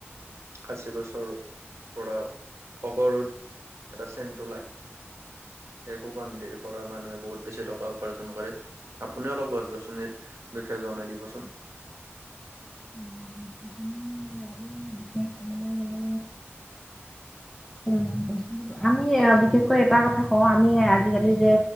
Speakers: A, on the right (about 80°); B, in the centre.
A: খাচী গছৰ, পুৰা অগৰুত এটা চেণ্ট ওলাই সেই সুগন্ধী পৰা মানুহে বহুত বেছি টকা উপাৰ্জন কৰে। আপুনিও অলপ গছ গছনিৰ বিষয়ে জনাই দিবচোন।
B: উম উ ইয়াৰো বিশেষ কবলৈ গ'লে উম কৈছো ৰবা আ মি বিশেষকৈ এটা কথা কও আমি আজিকালি যে